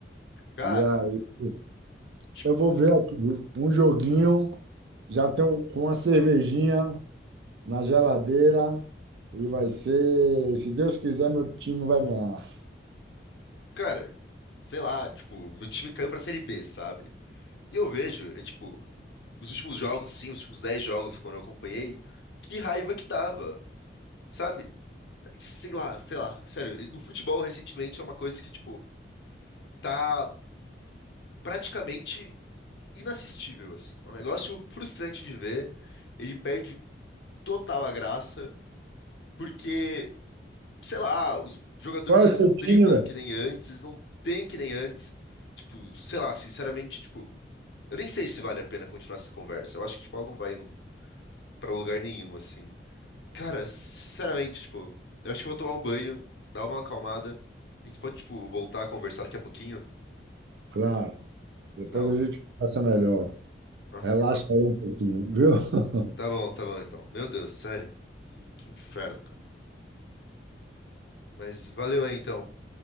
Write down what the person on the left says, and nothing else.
cara,
tipo,
cara, sei lá, tipo, meu time caiu pra Série B, sabe? E eu vejo, é tipo, nos últimos jogos, assim, os últimos 10 jogos, quando eu acompanhei, que raiva que dava, sabe? Sei lá, sei lá, sério, o futebol recentemente é uma coisa que, tipo, tá praticamente inassistível, assim. É um negócio frustrante de ver, ele perde total a graça, porque. sei lá, os jogadores
eles
não driblam
que nem antes, eles não têm que nem antes. Tipo, sei lá, sinceramente, tipo, eu nem sei se vale a pena continuar essa conversa. Eu acho que tipo, ela não vai pra lugar nenhum assim. Cara, sinceramente, tipo, eu acho que eu vou tomar um banho, dar uma acalmada. A gente pode, tipo, voltar a conversar daqui a pouquinho?
Não.
Ah,
não.
Tá bom, tá bom então. Meu Deus, sério. Que, que inferno, cara. Mas valeu aí então.